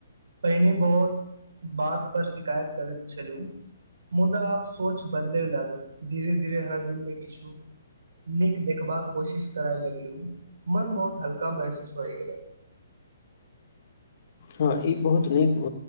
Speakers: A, on the right (about 65°); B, on the left (about 50°).
A: पहिने बहुत बात पर शिकायत करैत छलु मुदा आब सोच बदलब लागल धीरे धीरे हर दिन मे किछु नीक देखबाक कोशिश कराय लगल मन बहुत हल्का महसूस होइ गेल
B: हँ ई बहुत नीक